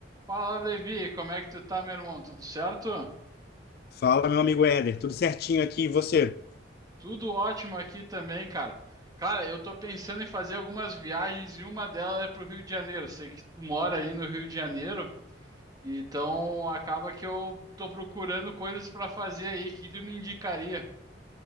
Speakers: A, on the right; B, on the left.
A: Fala, Levi, como é que tu tá, meu irmão? Tudo certo?
B: Fala, meu amigo Éder, tudo certinho aqui e você?
A: Tudo ótimo aqui também, cara. Cara, eu tô pensando em fazer algumas viagens e uma delas é pro Rio de Janeiro. Eu Sei que tu mora aí no Rio de Janeiro, então acaba que eu tô procurando coisas pra fazer aí. O que tu me indicaria?